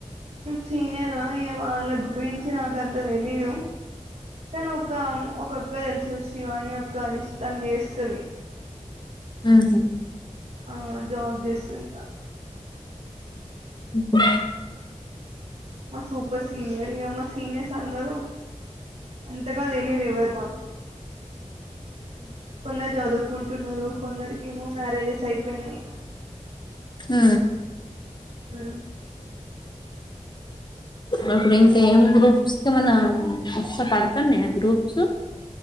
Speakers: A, on the right; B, on the left.
A: సీనియర్ వాళ్ళ గురించి నాక అంత తెలిదు తను ఒక ఒకొక్క తెలుసు శివాని అక్క తను చే సర
B: హహ
A: ఆ జాబ్ చేస్తుంట
B: అ ఓకే
A: మా సూపర్ సీనియర్ మా సీనియర్ అందరూ అంతగాదు తెలీదు ఎవరు నాకు కొందరు చదు కున్నారు కొందరికి ఏమో మ్యారేజెస్ అయిపోయినాయి
B: హ
A: ఆ
B: అప్పుడింక ఏం గ్రూప్స్ అవునా వస పడు పన్నయి గ్రూప్స్